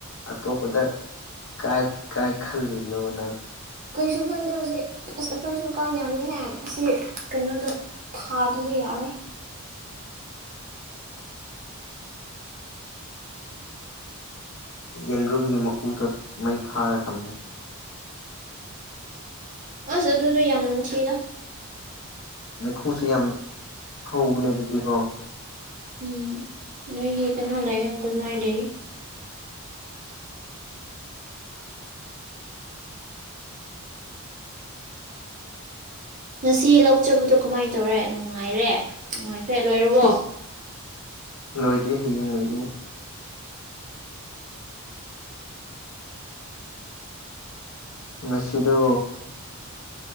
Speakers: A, on the left; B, on the right.
A: ꯑꯇꯣꯞꯄꯗ ꯀꯥꯏ ꯀꯥꯏ ꯈꯜꯂꯤꯕꯅꯣꯕ ꯅꯪ
B: ꯀꯩꯁꯨ ꯈꯟꯗꯦ ꯍꯧꯖꯤꯛ ꯑꯁ ꯑꯩꯈꯣꯏꯁꯨ ꯀꯥꯡ ꯌꯥꯃꯤꯍꯦ ꯑꯁꯤ ꯀꯩꯅꯣꯗꯣ ꯊꯥꯗ꯭ꯔꯗꯤ ꯌꯥꯔꯣꯏ
A: ꯌꯦꯟꯗ꯭ꯔꯨꯝꯒꯤ ꯃꯀꯨꯗ ꯃꯩ ꯊꯥꯔ ꯊꯝꯃꯨ
B: ꯑꯥꯁ ꯑꯗꯨꯗꯨ ꯌꯥꯝ ꯅꯝꯊꯤꯗ
A: ꯃꯩꯈꯨꯨꯁꯨ ꯌꯥꯝ ꯍꯧꯕꯅꯦ ꯑꯗꯨꯗꯤꯀꯣ
B: ꯎꯝ ꯅꯣꯏꯒꯤ ꯀꯩꯅꯣ ꯂꯩꯌꯦ ꯒꯨꯗ ꯅꯥꯏꯠ ꯂꯩꯌꯦ ꯉꯁꯤ ꯂꯧꯖꯕꯗꯣ ꯀꯃꯥꯏꯅ ꯇꯧꯔꯦ ꯅꯨꯡꯉꯥꯏꯔꯦ ꯅꯨꯡꯉꯥꯏꯈ꯭ꯔꯦ ꯂꯣꯏꯔꯕꯣ
A: ꯏꯁ ꯂꯣꯏꯗ꯭ꯔꯤ ꯍꯌꯦꯡ ꯂꯣꯏꯒꯅꯤ ꯉꯁꯤꯗꯣ